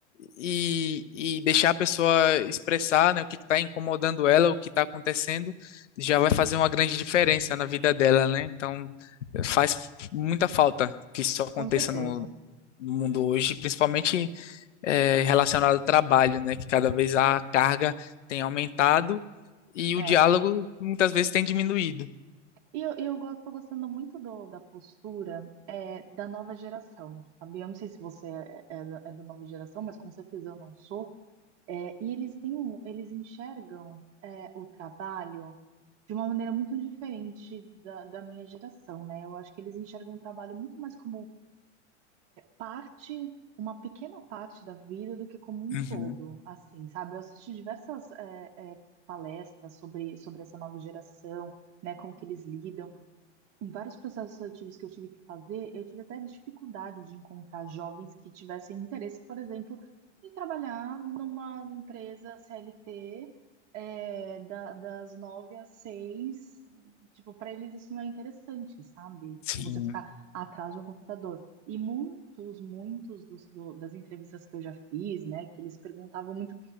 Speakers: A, on the left; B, on the right.
A: e, e deixar a pessoa expressar, né, o que está incomodando ela, o que está acontecendo, já vai fazer uma grande diferença na vida dela, né? Então faz muita falta que isso aconteça
B: com certeza.
A: no, no mundo hoje, principalmente eh, relacionado ao trabalho, né, que cada vez a carga tem aumentado e
B: É.
A: o diálogo muitas vezes tem diminuído.
B: E eu, e eu go- tô gostando muito do, da postura é, da nova geração, sabe? Eu não sei se você é, é da é da nova geração, mas com certeza eu não sou. É, e eles têm um, eles enxergam é, o trabalho de uma maneira muito diferente da, da minha geração, né? Eu acho que eles enxergam o trabalho muito mais como parte, uma pequena parte da vida do que como um
A: Uhum,
B: todo, assim, sabe? Eu assisti diversas é, é, palestras sobre, sobre essa nova geração, né? Como que eles lidam. Em vários processos seletivos que eu tive que fazer, eu tive até dificuldade de encontrar jovens que tivessem interesse, por exemplo, em trabalhar numa empresa CLT, é, da- das nove às seis. Tipo, para eles isso não é interessante, sabe? Tipo,
A: sim,
B: você ficar atrás de um computador. E muitos, muitos dos, do- das entrevistas que eu já fiz, né, que eles perguntavam muito